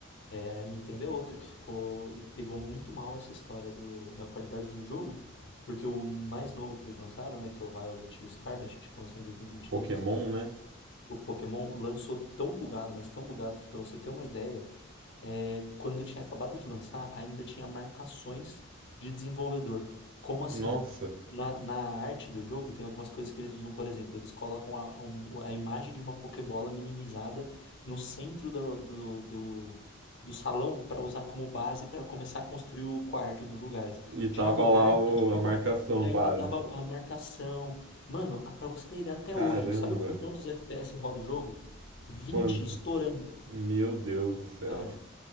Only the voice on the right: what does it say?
Pokémon, né?
Nossa.
E tava
lá o-
a marcação
base.
Caramba,
quanto?
Meu Deus do céu.